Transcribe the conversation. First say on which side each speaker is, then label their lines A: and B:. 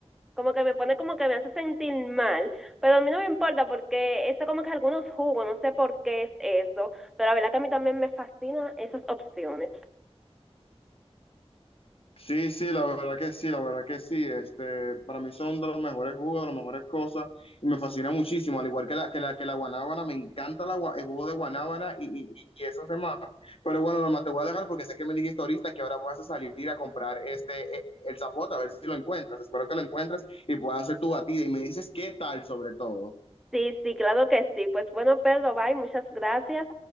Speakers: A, in the centre; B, on the left.
A: como que me pone como que me hace sentir mal, pero a mí no me importa porque eso como que algunos jugos, no sé por qué es eso, pero la verdad que a mí también me fascinan esas opciones.
B: Sí, sí, la verdad que sí, la verdad que sí. Este, para mí son de los mejores jugos, de las mejores cosas, y me fascina muchísimo. Al igual que la, que la, que la guanábana, me encanta la, gua- el jugo de guanábana y, y, y esos demás. Pero bueno, Norma, te voy a dejar porque sé que me dijiste ahorita que ahora vas a salir a comprar este, e- el zapote, a ver si lo encuentras. Espero que lo encuentres y puedas hacer tu batida. Y me dices qué tal sobre todo.
A: Sí, sí, claro que sí. Pues bueno, Pedro, bye, muchas gracias.